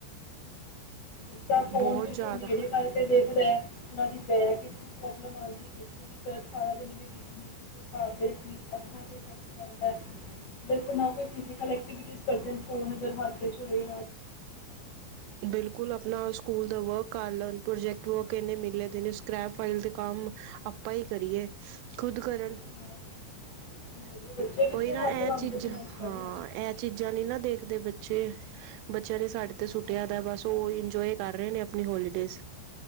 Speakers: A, on the left; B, on the right.
A: ਇੱਕ ਫੋਨ
B: ਬਹੁਤ
A: ਬਿਲਕੁਲ
B: ਜ਼ਿਆਦਾ
A: ਨੇੜੇ ਕਰਕੇ ਦੇਖਦਾ ਉਹਨਾਂ ਦੀ ਬੈਕ ਵਿੱਚ ਵੀ ਪ੍ਰੋਬਲਮ ਆਉਂਦੀ ਹੈ, ਗਚ ਸਾਰਾ ਦਿਨ ਦੇਖ ਦੇਖ ਕੇ ਅੱਖਾਂ ਤੇ ਇਫੈਕਟ ਪੈਂਦਾ। ਖ ਨਾ ਕੋਈ ਫਿਜ਼ੀਕਲ ਕਰਦੇ। ਫੋਨ ਹਥ ਚ ਹੋਏ
B: ਬਿਲਕੁਲ ਆਪਣਾ ਸਕੂਲ ਦਾ ਵਰਕ ਕਰ ਲੈਣ ਪ੍ਰਜੈਕਟ ਵਰਕ ਇਨੇ ਮਿਲੇ ਨੇ ਸਕ੍ਰੈਪ ਫਾਈਲ ਦੇ ਕੰਮ ਆਪ ਹੀ ਕਰੀਏ ਖੁਦ ਕਰਨ
A: ਹਾਂ, ਨਹੀਂ ਨਹੀਂ ਬੱਚੇ ਕਿੱਥੇ
B: ੳਹੀ ਨਾ,
A: ਹੱਥ
B: ਇਹ
A: ਲਾਉਂਦੇ
B: ਚੀਜ਼ਾਂ
A: ਨੇ ਅੱਜ ਕੱਲ੍ਹ
B: ਹਾਂ ਇਹ ਚੀਜ਼ਾਂ ਨੀ ਨਾ ਦੇਖਦੇ ਬੱਚੇ ਬੱਚਿਆਂ ਨੇ ਸਾਡੇ ਤੇ ਸੁੱਟਿਆ
A: ਹਾਂ।
B: ਤਾਂ ਬਸ ਉਹ ਇੰਜੋਏ ਕਰ ਰਹੇ ਨੇ ਆਪਣੀ ਹੋਲੀਡੇਜ਼।